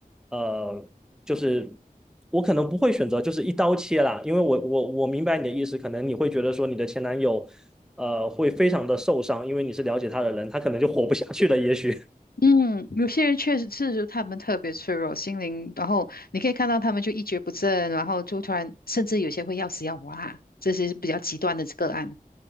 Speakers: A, in the centre; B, on the left.
A: 呃，就是我可能不会选择就是一刀切啦，因为我我我明白你的意思，可能你会觉得说你的前男友，呃，会非常的受伤，因为你是了解他的人，他可能就活不下去了，也许。
B: 嗯，有些人确实是他们特别脆弱，心灵，然后你可以看到他们就一蹶不振，然后就突然，甚至有些会要死要活啊，这些是比较极端的个案。